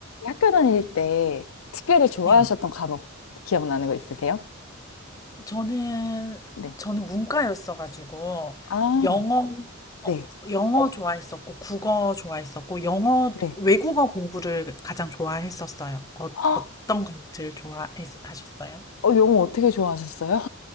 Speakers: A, on the left; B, on the left.
A: 학교 다닐 때 특별히 좋아하셨던
B: 네.
A: 과목 기억나는 거 있으세요?
B: 저는
A: 네.
B: 저는 문과였어 가지고
A: 아,
B: 영어 음. 어,
A: 네,
B: 영어 좋아했었고 국어 좋아했었고 영어
A: 네.
B: 외국어 공부를 가장 좋아했었어요. 어,
A: 헉,
B: 어떤 걸 제일 좋아하셨어요?
A: 어, 영어 어떻게 좋아하셨어요?